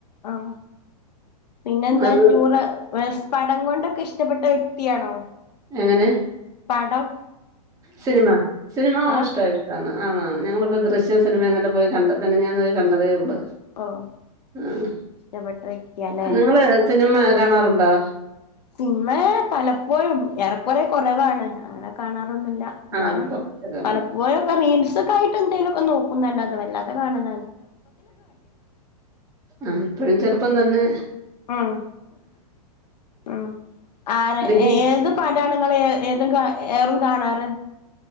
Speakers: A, on the left; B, on the right.
A: ആഹ് പിന്നെ എന്താ
B: അത്
A: ടൂറ് പേ പടം കൊണ്ടൊക്കെ ഇഷ്ടപ്പെട്ട വ്യക്തിയാണോ
B: എങ്ങനെ
A: പടം
B: സിനിമ സിനിമ
A: ആഹ്
B: ഇഷ്ട്ട ഇഷ്ടാണ് ആണ് ഞങ്ങളിപ്പോ ദൃശ്യം സിനിമയെന്നിട്ട് പോയി കണ്ട് മെനഞ്ഞാന്ന് പോയി കണ്ടതേ ഉള്ളു
A: ഓഹ്
B: ആഹ്
A: ഇഷ്ടപ്പെട്ട വ്യക്തിയാല്ലേ
B: നിങ്ങള് സിനിമ കാണാറുണ്ടോ
A: സിനിമ പലപ്പോഴും ഏറെക്കുറെ കുറവാണ് അങ്ങനെ കാണാ ന്നുല്ല ന്നാലും
B: ആഹ് കൊറച്ചൊക്കെ കാണും
A: പലപ്പോഴും റീൽസ് ക്കായിട്ട് എന്തേലുക്കെ നോക്കുന്നല്ലാതെ കാണല
B: ആഹ് ഇപ്പോഴും ചെറുപ്പം തന്നെ
A: ഉം ഉം ആരാ
B: ഡിഗ്രി
A: ഏത് പടാണ് ങ്ങള് ഏതും കാ ഏറും കാണാറ്